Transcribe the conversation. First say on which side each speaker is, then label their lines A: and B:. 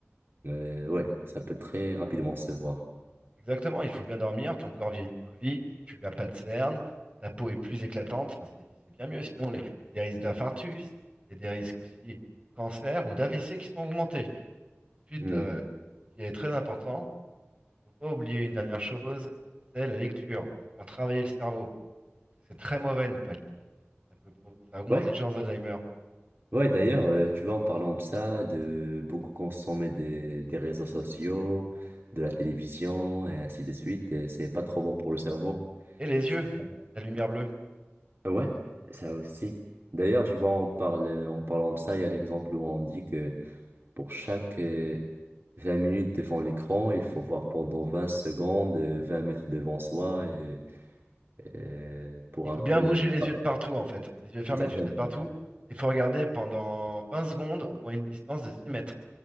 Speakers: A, on the right; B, on the right.
A: Euh, ouais, ça peut très rapidement se voir.
B: Exactement, il faut bien dormir, ton corps vieillit moins vite, tu n'as pas de cernes, ta peau est plus éclatante, enfin, c'est c'est bien mieux. Sinon, les- il y a des risques d'infarctus, il y a des risques aussi de cancer ou d'AVC qui sont augmentés. Ensuite,
A: Hmm.
B: euh, ce qui est très important, il ne faut pas oublier une dernière chose, c'est la lecture. C'est faire travailler le cerveau. C'est très mauvais de ne pas lire. Ça peut pro- ça augmente
A: Ouais,
B: les chances d'Alzheimer.
A: ouais, d'ailleurs, euh, tu vois, en parlant de ça, de beaucoup consommer des, des réseaux sociaux, de la télévision et ainsi de suite, et c'est pas trop bon pour le cerveau.
B: Et les
A: Il
B: yeux,
A: faut...
B: la lumière bleue.
A: Ouais, ça aussi. D'ailleurs, je vois, on parle, en parlant de ça, il y a l'exemple où on dit que Pour chaque euh, 20 minutes devant l'écran, il faut voir pendant 20 secondes, euh, 20 mètres devant soi, et, euh, pour
B: Il faut
A: un peu...
B: bien bouger les
A: Ah,
B: yeux de partout, en fait. Les yeux fermés,
A: exactement.
B: tu le fais de partout. Il faut regarder pendant 20 secondes, au moins une distance de 6 mètres.